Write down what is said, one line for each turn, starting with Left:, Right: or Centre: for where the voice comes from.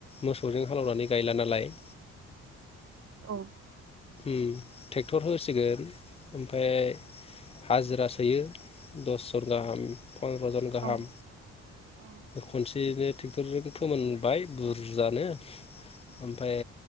Left: मोसौजों हालेनानै गायला नालाय
Right: औ
Left: उम टेक्टर होसिगोन ओमफाय हाजिरा सोयो दससन गाहाम फन्द्रजन गाहाम
Right: औ औ
Left: खनसेयैनो टेक्टरजों फोमोनबाय बुरजानो ओमफाय